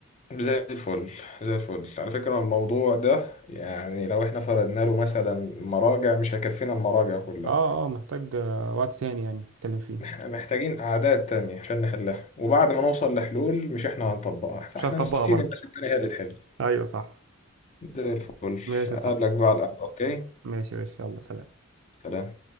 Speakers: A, on the left (about 35°); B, on the right (about 65°).
A: زي الفل زي الفل على فكرة الموضوع ده يعني لو احنا فرضنا له مثلا مراجع مش هيكفينا المراجع كلها
B: اه اه محتاج آه، وقت تاني يعني نتكلم فيه
A: احنا محتاجين قعدات تانية عشان نحلها وبعد ما نوصل لحلول مش احنا هنطبقها فاحنا
B: مش هتطبقها
A: نسيب
B: برضه
A: الناس التانية هي اللي تحل
B: ايوه صح
A: زي الفل
B: ماشي
A: أقابلك
B: صح
A: بقى على القهوة أوكي
B: ماشي ماشي يلا سلام
A: سلام